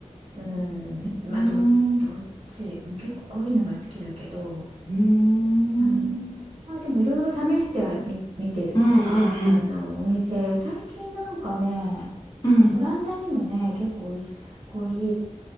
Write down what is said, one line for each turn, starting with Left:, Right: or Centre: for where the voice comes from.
Right: うん、まあ、
Left: うーん、
Right: ど、
Left: う
Right: どっち、うん結構濃いのが好きだけど、
Left: ーん、
Right: うん、まあでもいろいろ試してはみ見てる。
Left: うんうんうん。
Right: なんか、あの、お店、最近なんかね、
Left: うん
Right: オランダにもね、結構おいしコーヒ